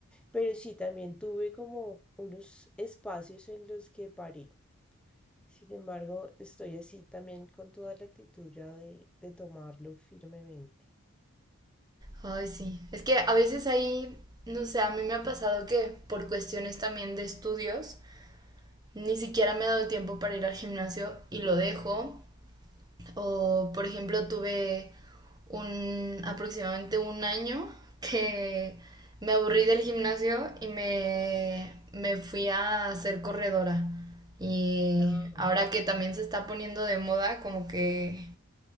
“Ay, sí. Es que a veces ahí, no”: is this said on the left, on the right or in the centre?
Right